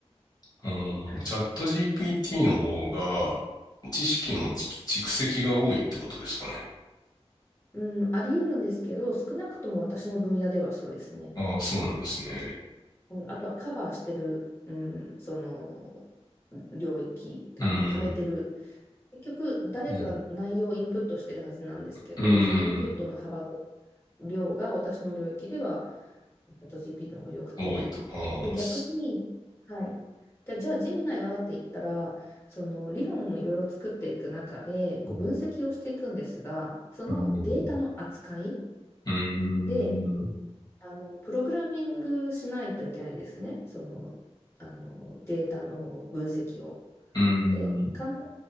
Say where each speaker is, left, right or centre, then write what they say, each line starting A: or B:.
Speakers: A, on the left; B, on the left.
A: うん、
B: はい。
A: チャット GPT の方が知識のち蓄積が多いってことですかね。
B: はい、うん、あり得るんですけど、少なくとも私の分野ではそうですね。
A: ああ、そうなんですね。
B: うん、あとはカバーしてる、うん、その領域、
A: うん、
B: あの、貯めてる結局、誰かが内容をインプットしてるはずなんですけど、
A: うん、うん、
B: そのインプットの幅と量が私の領域では、チャット GP の方が良くて。
A: うん、多いと。ああ、
B: で、逆に、
A: す
B: はい。じゃあ、じゃあ、ジェミナイはって言ったら、その理論をいろいろ作っていく中で、こう分析をしていくんですが、
A: うん、
B: そのデータの扱い
A: うん、うん、
B: で、あの、プログラミングしないといけないんですね。その、あの、データの分析を。
A: うん、
B: で、簡単、